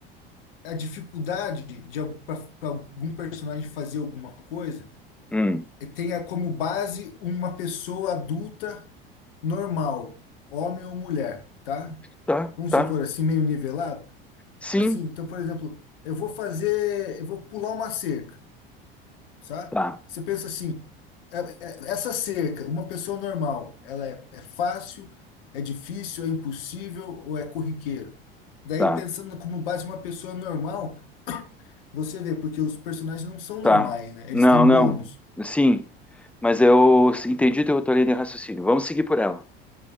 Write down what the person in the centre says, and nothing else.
Hum,
tá,
tá.
Sim,
tá.
Tá.
Tá.
Não,
não. Sim. Mas eu entendi teu outra linha de raciocínio. Vamos seguir por ela,